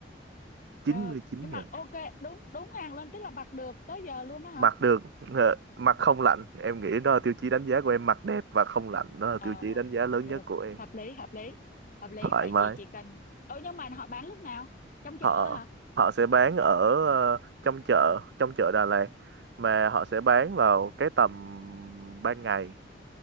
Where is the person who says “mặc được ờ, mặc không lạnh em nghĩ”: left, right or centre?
Right